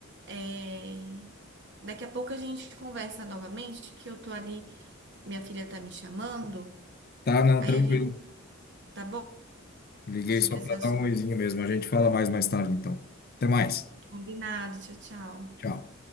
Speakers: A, on the right (about 55°); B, on the left (about 45°).
A: É, Daqui a pouco a gente conversa novamente, que eu tô ali, minha filha tá me chamando.
B: Tá, não,
A: Aí
B: tranquilo.
A: a gente, tá bom?
B: Liguei
A: Sobre
B: só para
A: esse assunto.
B: dar um oizinho mesmo. A gente fala mais mais tarde, então. Até mais.
A: Combinado. Tchau, tchau.
B: Tchau.